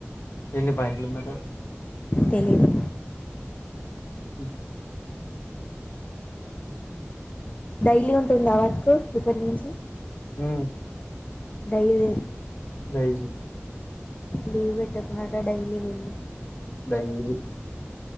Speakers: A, on the left; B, on the left.
A: ఎన్ని బాంగళూరు మడ
B: తెలీదు
A: హ
B: డైలీ ఉంటుందా వర్క్ ఇప్పటి నుంచి
A: హ
B: డైలి
A: డైలీ
B: లీవ్ పెట్టకుంటా డైలీ వెళ్లు
A: డైలీ